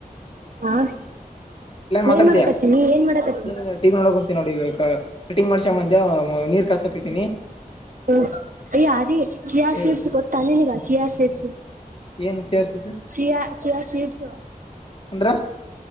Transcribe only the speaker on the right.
ಹಾ
ಏನ್ ಮಾಡಕತನಿ ಏನ್ ಮಾಡಕತ್ತನಿ
ಹ್ಮ್ ಯ ಅದೀ ಚಿಯಾ
ಸೀಡ್ಸ್ ಗೊತ್ತಾನೆ ಎ ಚಿಯ ಸರ್
ಚ ಚ ಚರ್ಸ